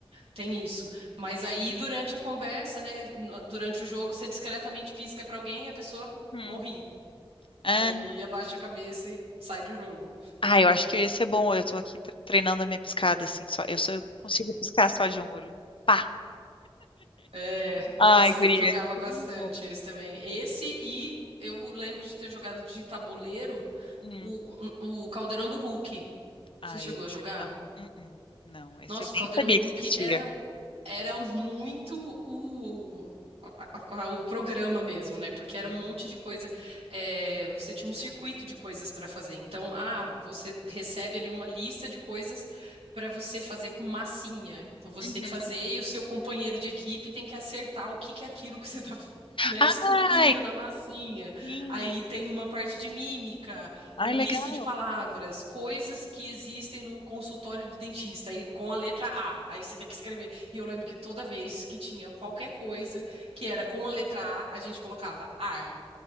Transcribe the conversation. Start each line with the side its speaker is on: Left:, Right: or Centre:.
Right: tem isso. Mas aí durante a conversa, né, no- durante o jogo, você discretamente pisca pra alguém e a pessoa
Left: Uhum.
Right: morre.
Left: Ah,
Right: Aí abaixa a cabeça e sai do jogo.
Left: ah, eu acho que esse é bom. Eu tô aqui tre- treinando a minha piscada, assim. Só, eu só eu consigo piscar só de um olho. Pá!
Right: É, nossa,
Left: Ai,
Right: eu
Left: guria.
Right: jogava
Left: é
Right: bastante
Left: tão
Right: esse também. Esse e eu lembro de ter jogado de tabuleiro
Left: bom.
Right: o, o Caldeirão do Hulk.
Left: Ai,
Right: Você chegou
Left: esse
Right: a jogar?
Left: eu não. Uh-uh. Não, esse
Right: Nossa,
Left: eu
Right: o
Left: nem
Right: Caldeirão
Left: sabia
Right: do Hulk
Left: que existia.
Right: era era muito o, a- a- o programa mesmo, né? Porque era um monte de coisa. é, você tinha um circuito de coisas para fazer. Então, ah, você recebe ali uma lista de coisas para você fazer com massinha. Então, você
Left: Uhum.
Right: tem que fazer e o seu companheiro de equipe tem que acertar o que que é aquilo que você está <laughs> Né,
Left: Ai,
Right: esculpindo na massinha.
Left: sim.
Right: Aí tem uma parte de mímica,
Left: Ai,
Right: ou lista
Left: legal.
Right: de palavras, coisas que existem no consultório do dentista, aí com a letra A. Aí você tem que escrever. E eu lembro que toda vez que tinha qualquer coisa que era com a letra A, a gente colocava ar.